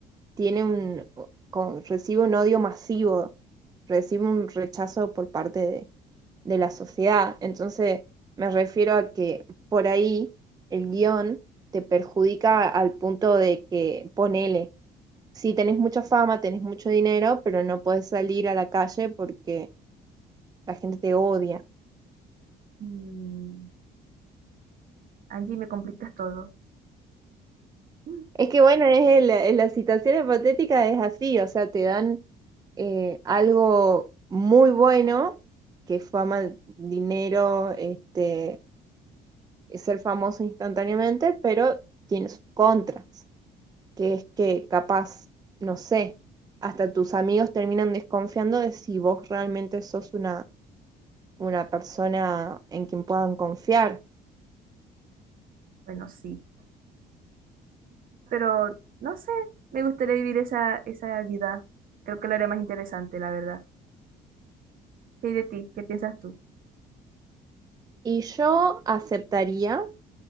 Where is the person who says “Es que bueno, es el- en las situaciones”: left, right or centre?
Right